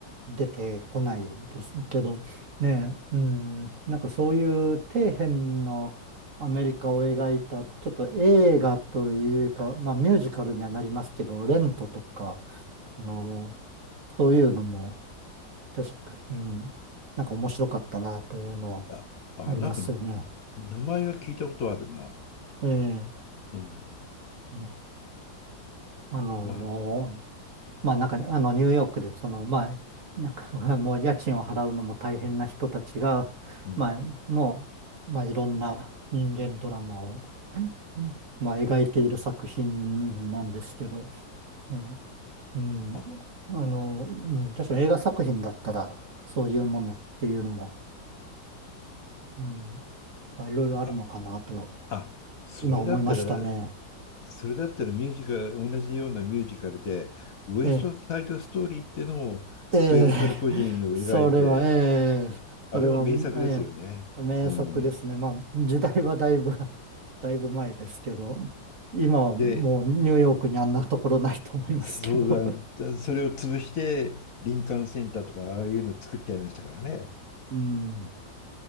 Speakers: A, on the right; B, on the left.
A: 出てこないですけど、ねえ、うん、なんかそういう底辺のアメリカを描いた、ちょっと映画というか、まあミュージカルにはなりますけど、レントとか、あの、そういうのも確か、うん、なんか面白かったなというのは
B: あ、あ、
A: ありますよね。
B: なんか名前は聞いたことあるな。
A: ええ、
B: うん、
A: うんあの
B: まあ、
A: まあなんか、あの、ニューヨークで、その、まあ、なんか、<laughs> もう家賃を払うのも大変な人たちが、
B: うん、
A: まあ、の、まあいろんな人間ドラマを、まあ描いている作品なんですけど、ねうん、
B: あ、
A: あの、うん、確かに映画作品だったら、そういうものっていうのも、うん、まあいろいろあるのかなと、
B: あ、あ、それだったら
A: 今思いましたね。
B: それだったらミュージカル同じようなミュージカルでウエストサイドストーリーっていうのもプエルトリコ人を描いて
A: ええええ、それは、ええ、
B: あれも名作ですよね。
A: それは、ええ、名作ですね。
B: うん
A: まあ、時代はだいぶ、<laughs> だいぶ前ですけど、今はもうニューヨークにあんなところないと思いますけど。
B: で、そうだ、それを潰して林間センターとかああいうの作っちゃいましたからね。
A: <laughs> うん、